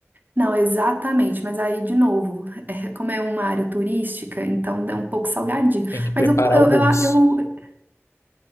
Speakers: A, on the right; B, on the left.
A: Não, exatamente, mas aí de novo, é, como é uma área turística, então é um pouco salgadinho.
B: Tem que preparar
A: Mas eu, co- eu,
B: o bolso.
A: eu,